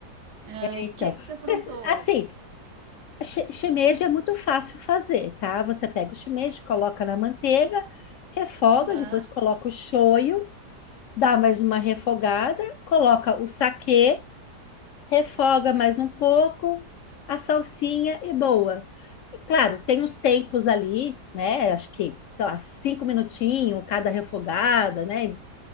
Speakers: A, on the right; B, on the left.
A: Ai,
B: Então,
A: o que que você aprontou?
B: cês- assim, Shi- Shimeji é muito fácil fazer, tá? Você pega o shimeji, coloca na manteiga, refoga,
A: Aham,
B: depois coloca o shoyu, dá mais uma refogada, coloca o saquê, refoga mais um pouco, a salsinha e boa. E claro, tem os tempos ali, né? Acho que, sei lá, cinco minutinhos cada refogada, né?